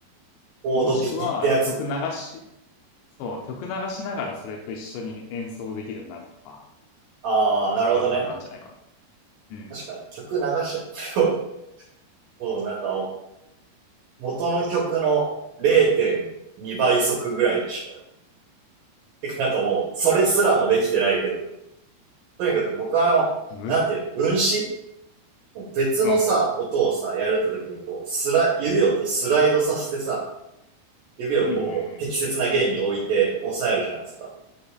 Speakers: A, on the right (about 65°); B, on the left (about 85°).
A: コード引きってやつ。
B: もしくは曲流し、そう、曲流しながらそれと一緒に演奏できるようになるとか
A: あー、
B: が簡単なんじゃないか
A: なるほどね。
B: な。うん。
A: 確かに。曲流し、<laughs> もうもうなんか、元の曲の0.2倍速ぐらいでしか。てかなんかもう、それすらもできてないけど。とにかく僕はあの、
B: む、
A: なんていうの、運指別のさ、
B: うん。
A: 音をさ、やるって時にこう、スラ、指をこうスライドさせてさ、指をこう、
B: うんうん
A: 適切な弦に置いて押さえるじゃないですか。